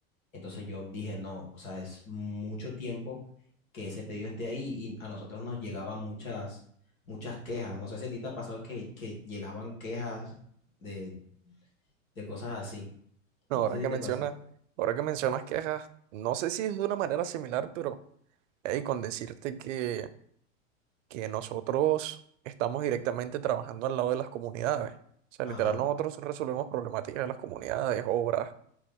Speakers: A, on the left; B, on the right.
A: Entonces yo dije, no, o sea, es mucho tiempo que ese pedido esté ahí y a nosotros nos llegaban muchas, muchas quejas. No sé si a ti te ha pasado que, que llegaban quejas de, de cosas así.
B: No,
A: No
B: ahora
A: sé si
B: que
A: te
B: mencionas,
A: pasó.
B: ahora que mencionas quejas, no sé si es de una manera similar, pero hey, con decirte que, que nosotros estamos directamente trabajando al lado de las comunidades. O sea,
A: Ajá,
B: literal, nosotros resolvemos problemáticas de las comunidades, obras